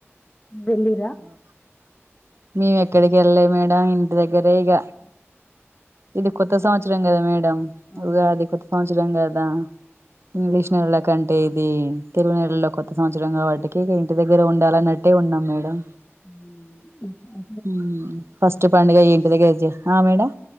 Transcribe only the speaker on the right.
మ్మ్ మేవెక్కడ్ గల్లే మేడం ఇంటి దగ్గరే ఇగ ఇది కొత్త సంవత్స రం గద మే డం
ఉగాది కొత్త సంవత్సరం త్సరం గద ఇంగ్లీష్ వాళ్ళ కన్ టే ఇది తెలుగు నెలలో కొత్త సంవత్సరం కాబట్టి కి ఇంటి దగ్గర ఉండాలన్నట్టే ఉన్నాం మేడం
హ్మ్ ఫస్ట్ పండుగ ఇంటి దగ్గర చే ఆ మేడం